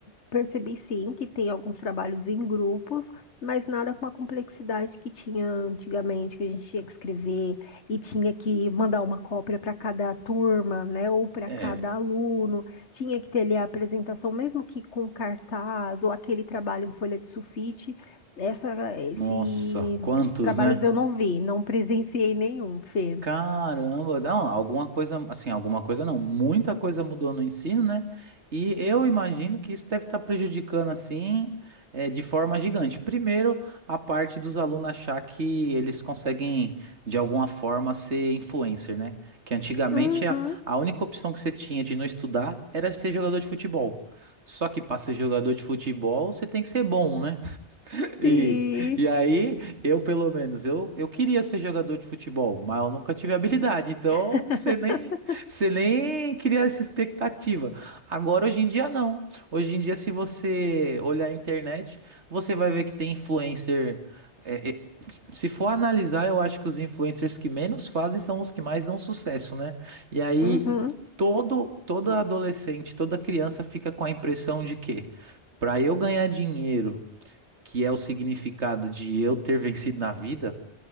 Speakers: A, on the left; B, on the right.
A: percebi sim que tem alguns trabalhos em grupos, mas nada com a complexidade que tinha antigamente, que a gente tinha que escrever e tinha que mandar uma cópia para cada turma, né, ou para
B: É,
A: cada aluno tinha que ter ali a apresentação, mesmo que com cartaz ou aquele trabalho em folha de sulfite, essa, esse-
B: nossa, quantos,
A: esses trabalhos
B: né?
A: eu não vi, não presenciei nenhum, Fê.
B: Caramba, não, alguma coisa, assim, alguma coisa não, muita coisa mudou no ensino, né? E eu imagino que isso deve estar prejudicando, assim, eh, de forma gigante. Primeiro, a parte dos alunos achar que eles conseguem, de alguma forma, ser influencer, né? Que antigamente
A: Uhum,
B: a, a única opção que você tinha de não estudar era ser jogador de futebol. Só que para ser jogador de futebol, você tem que ser bom, né? <laughs> E,
A: sim.
B: e aí, eu pelo menos, eu, eu queria ser jogador de futebol, mas eu nunca tive habilidade, então
A: <laughs>
B: você nem, você nem cria essa expectativa. Agora, hoje em dia, não. Hoje em dia, se você olhar a internet, você vai ver que tem influencer. é, é, se for analisar, eu acho que os influencers que menos fazem são os que mais dão sucesso, né? E aí,
A: Uhum,
B: todo, toda adolescente, toda criança fica com a impressão de que, para eu ganhar dinheiro que é o significado de eu ter vencido na vida,